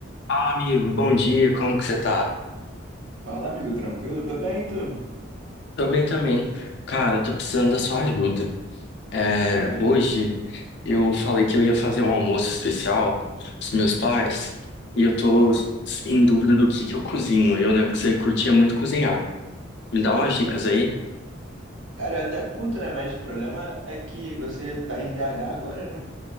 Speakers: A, on the left; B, on the right.
A: Fala, amigo, bom dia, como que você tá?
B: Fala, amigo, tranquilo? Tô bem, e tu?
A: Tô bem também. Cara, tô precisando da sua ajuda. É,
B: Fala aí.
A: hoje eu falei que eu ia fazer um almoço especial pros meus pais e eu tô
B: Aham.
A: em dúvida do que que eu cozinho. Eu lembro que você curtia muito cozinhar. Me dá umas dicas
B: É,
A: aí?
B: cara, eu até curto, né? Mas o problema é que você tá em BH agora, né?